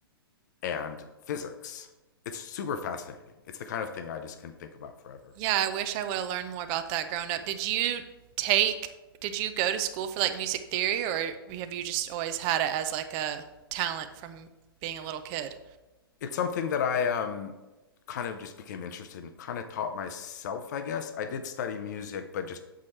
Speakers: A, on the left; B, on the right.
A: and physics. It's super fascinating. It's the kind of thing I just can think about forever.
B: Yeah, I wish I would have learned more about that growing up. Did you take, did you go to school for like music theory or have you just always had it as like a talent from being a little kid?
A: it's something that I um kind of just became interested in, kind of taught myself, I guess. I did study music, but just